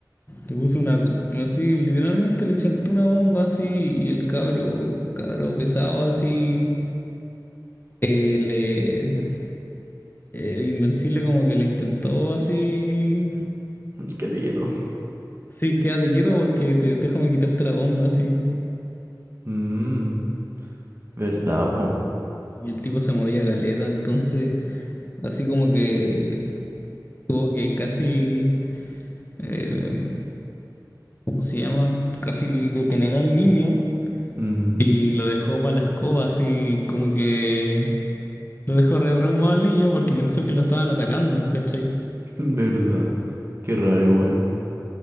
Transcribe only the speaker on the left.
Le puso una, co- así, literalmente le chantó una bomba así y el cabro, cabro pesado así, eh, le, el invencible como que le intentó así,
sí, quédate quieto porque te, déjame quitarte la bomba así.
Y el tipo se movía galeta, entonces así como que tuvo que casi, eh, ¿cómo se llama? Casi detener al niño
y lo dejó para la escoba así como que Lo dejó re traumado al niño porque pensó que lo estaban atacando, ¿cachai?